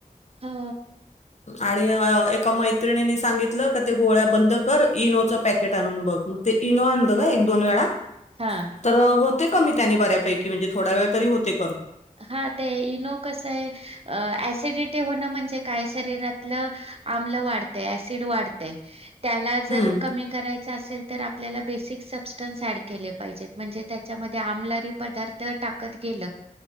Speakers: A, on the right; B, on the left.
A: हा
B: आणि एका मैत्रिणीनी सांगितलं का ते गोळ्या बंद कर इनोचं पॅकेट आणून बघ मग ते इनो आणल ग एक दोन वेळा
A: हां.
B: तर होते कमी त्यानी बऱ्यापैकी म्हणजे थोडा वेळ तरी होते कमी
A: हा ते इनो कस आहे ऑसिडिटी म्हणजे काय शरीरातलं आम्ल वाढतय, ऍसिड वाढत त्याला जर
B: हम्म
A: कमी करायचं असेल तर आपल्याला बेसिक सबस्टन्स ॲड केले पाहिजेत म्हणजे त्याच्यामध्ये आमलारी पदार्थ टाकत गेलं